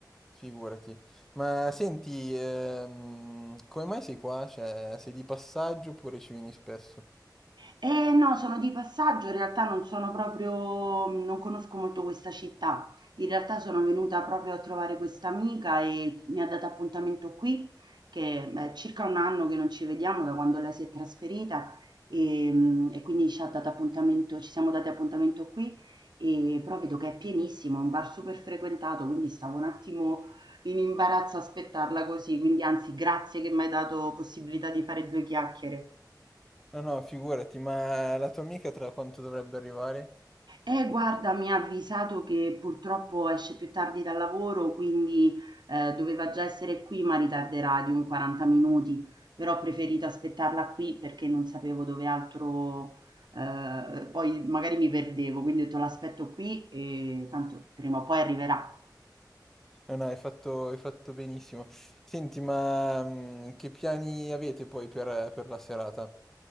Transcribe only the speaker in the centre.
figurati. Ma senti, ehm, come mai sei qua? Cioè, sei di passaggio oppure ci vieni spesso?
No, no, figurati, ma la tua amica tra quanto dovrebbe arrivare?
No, no, hai fatto, hai fatto benissimo. Senti, ma mm, che piani avete poi per, per la serata?